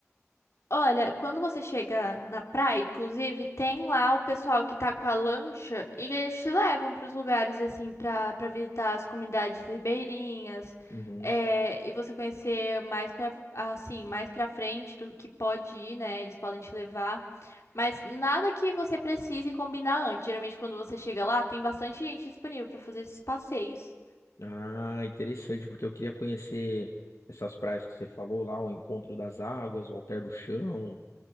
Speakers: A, on the left (about 60°); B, on the left (about 80°).
A: Olha, quando você chega na praia, inclusive, tem lá o pessoal que tá com a lancha e eles te levam pros lugares, assim, pra, pra visitar as comunidades ribeirinhas.
B: Uhum.
A: é, e você conhecer mais pra, assim, mais pra frente do que pode ir, né? Eles podem te levar. Mas nada que você precise combinar antes. Geralmente, quando você chega lá, tem bastante gente disponível pra fazer esses passeios.
B: Ah, interessante, porque eu queria conhecer essas praias que você falou lá, o Encontro das Águas, o Alter do Chão.